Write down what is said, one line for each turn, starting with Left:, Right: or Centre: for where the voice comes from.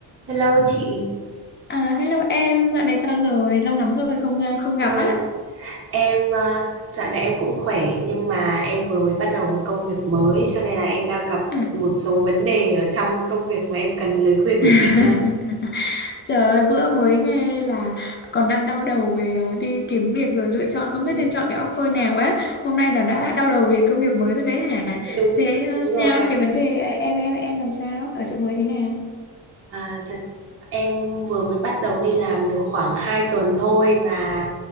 Right: Hello chị,
Left: À, hello em, dạo này sao rồi? Lâu lắm rồi không ờ, không gặp
Right: vâng,
Left: á.
Right: em à, dạo này em cũng khỏe nhưng mà em vừa mới bắt đầu một công việc mới cho nên là em đang gặp
Left: Ừ.
Right: một số vấn đề ở trong công việc mà em cần lời khuyên của
Left: <laughs>
Right: chị đây.
Left: Trời ơi, bữa mới nghe là còn đang đau đầu về ờ, đi kiếm việc rồi lựa chọn không
Right: Ừ,
Left: biết nên chọn cái offer nào á. Hôm nay là đã đau đầu vì công việc mới rồi đấy hả?
Right: đúng
Left: Thế ờ,
Right: đúng rồi
Left: sao
Right: ạ
Left: cái vấn đề em em em làm sao? Ở chỗ mới thế nào?
Right: À, thật em vừa mới bắt đầu đi làm được khoảng 2 tuần thôi và